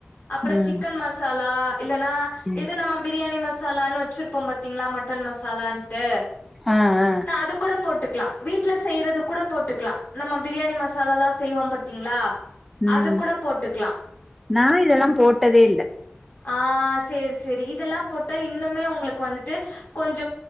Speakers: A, on the left (about 45°); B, in the centre.
A: அப்புற
B: ம்
A: சிக்கன் மசாலா இல்லன்னா
B: ம்
A: இது நம் பிரியாணி மஸ் மசாலான்னு வச்சிருப்போம் பாத்தீங்களா மட்டன் மசாலான்ட்டு
B: ஆ ஆ
A: நா அது கூட போட்டுக் கலா வீட்ல செய்யறது கூட போட்டுக்கலா நம்ம பிரியாணி மசாலா எல்லா செய்வோ பாத்தீங்களா
B: உம்
A: அது கூட போட்டுக்கலாம்.
B: நா இதெல்லா போட்டதே இல்ல
A: ஆஹ் சேரி சேரி இதெல்லா போட்டா இன்னுமே உங்களுக்கு வந்துட்டு கொஞ்ச